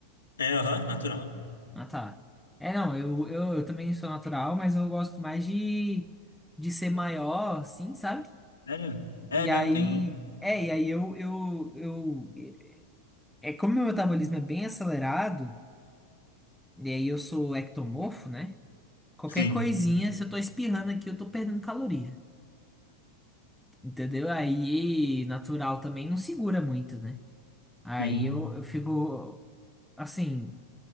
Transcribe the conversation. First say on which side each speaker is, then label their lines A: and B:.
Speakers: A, on the left; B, in the centre.
A: É, aham, natural.
B: Ah, tá. É, não, eu, eu, eu também sou natural, mas eu gosto mais de, de ser maior, assim, sabe?
A: Sério? É,
B: E
A: tem,
B: aí.
A: tem.
B: É, e aí eu, eu, eu. É como meu metabolismo é bem acelerado. E aí eu sou ectomorfo, né? Qualquer
A: Sim,
B: coisinha, se eu tô espirrando aqui, eu tô perdendo caloria. Entendeu? Aí natural também não segura muito, né? Aí
A: sim.
B: eu, eu fico assim.